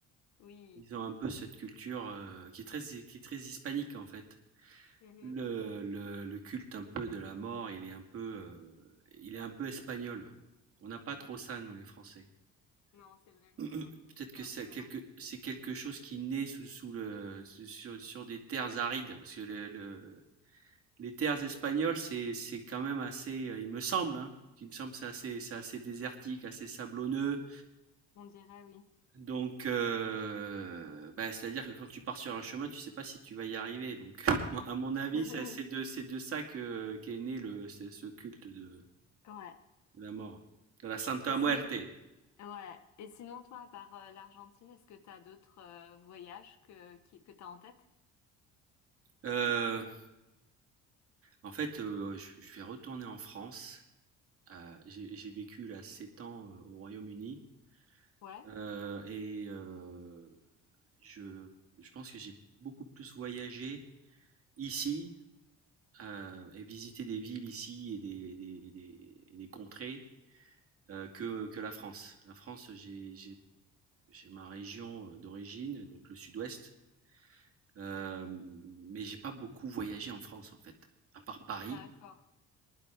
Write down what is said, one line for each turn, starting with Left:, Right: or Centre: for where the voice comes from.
Left: Oui,
Right: Ils ont un peu cette culture, heu, qui est très qui est très hispanique, en fait.
Left: mhm,
Right: Le le le culte un peu de la mort, il est un peu, heu, il est un peu espagnol. On n'a pas
Left: oui,
Right: trop ça, nous, les Français.
Left: non, c'est vrai,
Right: <clears throat> Peut-être
Left: on a un peu plus peur
Right: que c'est
Left: de la
Right: quelque
Left: mort.
Right: c'est quelque chose qui naît sous sous le su sur sur des terres arides, parce que le le les terres espagnoles, c'est c'est quand même assez, heu, il me semble, hein, il me semble, que c'est assez c'est assez désertique, assez sablonneux.
Left: On dirait oui.
Right: Donc, heu, bah, c'est-à-dire que quand tu pars sur un chemin, tu sais pas si tu vas y arriver. Donc, <laughs> moi, à mon avis,
Left: <laughs>
Right: ça c'est de c'est de ça que qu'est né le ce ce culte de
Left: Ouais.
Right: de la mort, de la Santa
Left: Et
Right: Muerte.
Left: sinon, ouais. Et sinon, toi, à part euh, l'Argentine, est-ce que t'as d'autres euh, voyages que, qui, que t'as en tête?
Right: Heu, en fait, heu, je je vais retourner en France. Heu, j'ai j'ai vécu là 7 ans, heu, au Royaume-Uni,
Left: Ouais,
Right: heu et heu, je je pense que j'ai beaucoup plus voyagé ici, heu et visité des villes ici et des et des et des et des contrées euh, que, que la France. La France, j'ai ma région euh, d'origine, donc le sud-ouest, euh, mais j'ai pas beaucoup voyagé en France en fait, à part Paris,
Left: d'accord.